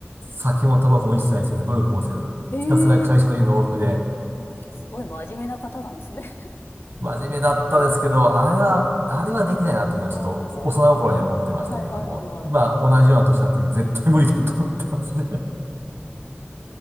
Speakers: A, on the right; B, on the left.
A: 酒もタバコも一切せず、ゴルフもせず、
B: ええ
A: ひたすら会社と家の往復で、
B: すごい真面目な方なんですね。
A: 真面目だったですけど、
B: <laughs> うん
A: あれは、あれはできないなっていうのはちょっと幼い頃には思ってましたけども、
B: ああ、はいはいはいはい。
A: 今同じような年になった時絶対無理だと思ってますね。